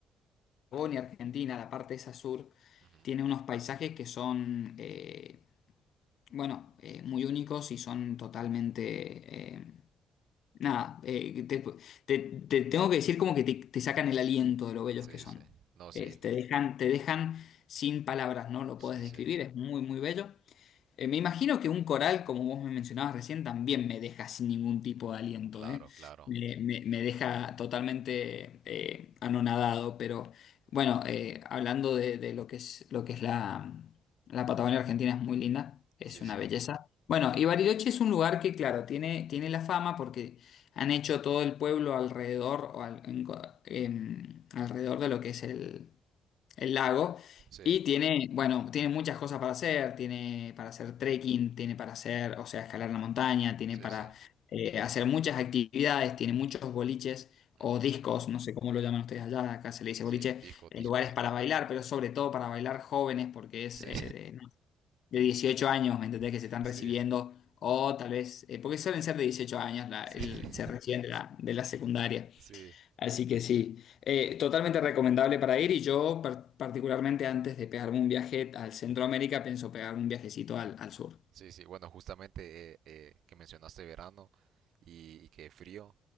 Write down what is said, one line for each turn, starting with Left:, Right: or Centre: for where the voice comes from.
Left: Patagonia, Argentina, la parte esa sur,
Right: Ujú.
Left: tiene unos paisajes que son, eh, bueno, eh, muy únicos y son totalmente eh, Nada, eh, te, te- te tengo que decir como que te, te sacan el aliento de lo bellos
Right: Sí,
Left: que son.
Right: sí. No, sí,
Left: Eh, te dejan, te dejan sin palabras, no lo
Right: sí,
Left: puedes describir,
Right: sí.
Left: es muy, muy bello. Eh, me imagino que un coral, como vos me mencionabas recién, también me deja sin ningún tipo de aliento,
Right: Claro,
Left: ¿eh?
Right: claro.
Left: Me, me- me deja totalmente eh, anonadado, pero bueno, eh, hablando de, de lo que es, lo que es la, la Patagonia Argentina, es muy linda, es
Right: Sí,
Left: una
Right: sí.
Left: belleza. Bueno, y Bariloche es un lugar que, claro, tiene, tiene la fama porque han
Right: Ujú.
Left: hecho todo el pueblo alrededor, o al- en co- em, alrededor de lo que es el el lago.
Right: Sí,
Left: Y tiene, bueno, tiene muchas cosas para hacer, tiene para hacer trekking, tiene para hacer, o sea, escalar la montaña, tiene
Right: sí,
Left: para
Right: sí.
Left: eh, hacer muchas actividades, tiene muchos boliches
Right: Ujú.
Left: o discos, no sé cómo lo llaman ustedes allá, acá se le dice
Right: Sí,
Left: boliche,
Right: discos,
Left: eh,
Right: discos.
Left: lugares para bailar, pero sobre todo para bailar jóvenes, porque es
Right: Sí,
Left: eh, de, no, de 18 años, ¿me entendés?
Right: <laughs>
Left: Que se están
Right: sí,
Left: recibiendo, o tal vez, eh, porque suelen ser de 18 años, la-
Right: sí,
Left: el-
Right: <laughs>
Left: se reciben de la, de la secundaria.
Right: sí.
Left: Así que sí, eh, totalmente recomendable para ir y yo par- particularmente antes de pegarme un viaje al Centroamérica
Right: Ujú.
Left: pienso pegarme un viajecito al, al sur.
Right: Sí, sí. Bueno, justamente eh, eh, que mencionaste verano y, y que frío,